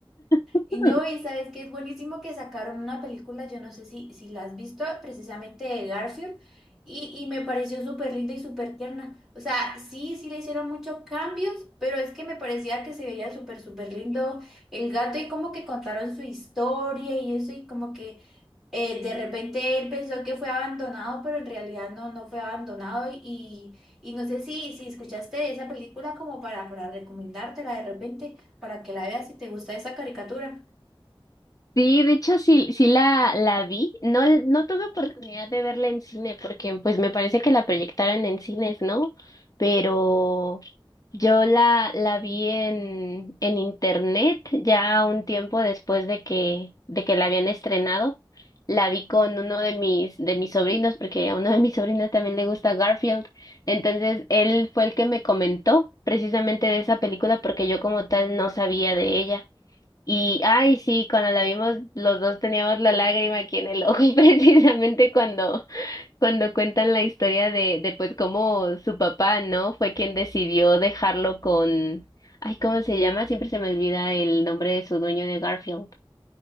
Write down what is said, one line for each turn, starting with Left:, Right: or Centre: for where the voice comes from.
Left: <laughs>
Centre: Y no, y sabes que es buenísimo que sacaron una película, yo no sé si, si la has visto, precisamente de Garfield, y, y me pareció súper linda y súper tierna. O sea, sí, sí le hicieron muchos cambios, pero es que me parecía que se veía súper, súper lindo el gato y como que contaron su historia y eso, y como que eh, de repente él pensó que fue abandonado, pero en realidad no, no fue abandonado. Y, y no sé si, si escuchaste esa película como para, para recomendártela de repente, para que la veas si te gusta esa caricatura.
Left: Sí, de hecho sí, sí la, la vi. No, l- no tuve oportunidad de verla en cine porque pues me parece que la proyectaron en cines, ¿no? Pero yo la, la vi en, en internet ya un tiempo después de que, de que la habían estrenado. La vi con uno de mis, de mis sobrinos, porque a uno de mis sobrinos también le gusta Garfield. Entonces, él fue el que me comentó precisamente de esa película porque yo como tal no sabía de ella. Y, ay, sí, cuando la vimos, los dos teníamos la lágrima aquí en el ojo, <laughs> y precisamente cuando, cuando cuentan la historia de, de pues cómo su papá, ¿no? Fue quien decidió dejarlo con, ay, ¿cómo se llama? Siempre se me olvida el nombre de su dueño de Garfield.